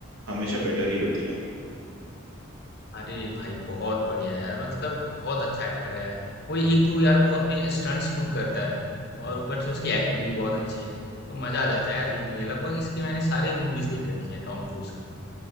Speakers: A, on the right; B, on the left.
A: हमेशा बेटर ही होती है
B: अरे भाई बहुत बढ़िया यार मतलब बहुत अच्छा एक्टर है यार वो एक तो यार वो अपने स्टंट्स खुद करता है और ऊपर से उसकी एक्टिंग भी बहुत अच्छी है तो मजा आ जाता है यार देखने में लगभग इसकी मैंने सारी मूवीज देख रखी हैं टॉम क्रूज की